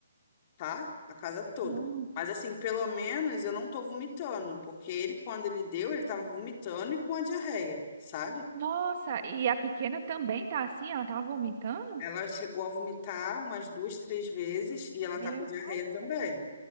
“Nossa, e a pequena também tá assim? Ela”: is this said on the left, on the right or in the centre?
Right